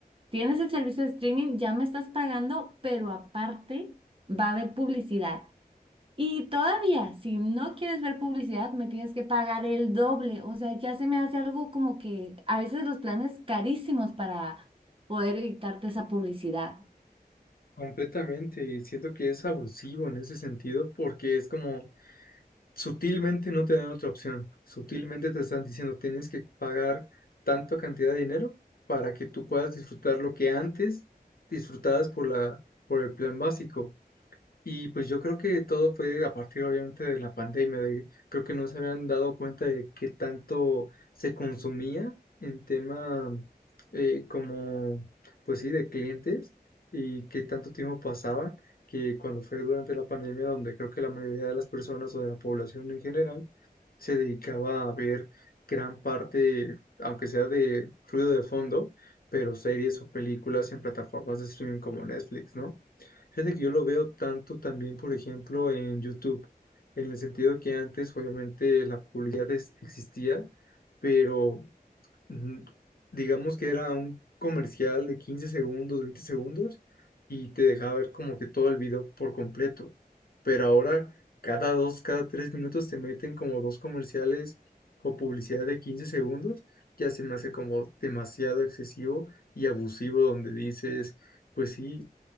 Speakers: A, on the right; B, on the left.
A: tienes el servicio de streaming, ya me estás pagando, pero aparte va a haber publicidad. Y todavía, si no quieres ver publicidad, me tienes que pagar el doble. O sea, ya se me hace algo como que a veces los planes carísimos para poder evitarte esa publicidad.
B: Completamente, y siento que es abusivo en ese sentido porque es como sutilmente no te dan otra opción, sutilmente te están diciendo tienes que pagar tanta cantidad de dinero para que tú puedas disfrutar lo que antes disfrutabas por la, por el plan básico Y pues yo creo que todo fue a partir obviamente de la pandemia, de, creo que no se habían dado cuenta de qué tanto se consumía en tema eh, como, pues sí, de clientes y qué tanto tiempo pasaba, que cuando fue durante la pandemia donde creo que la mayoría de las personas o de la población en general se dedicaba a ver gran parte, aunque sea de ruido de fondo, pero series o películas en plataformas de streaming como Netflix, ¿no? Fíjate que yo lo veo tanto también, por ejemplo, en YouTube, en el sentido que antes obviamente la publicidad es- existía, pero mm, digamos que era un comercial de 15 segundos, 20 segundos, y te dejaba ver como que todo el video por completo. Pero ahora cada dos, cada tres minutos te meten como dos comerciales o publicidad de 15 segundos, ya se me hace como demasiado excesivo y abusivo donde dices... Pues sí,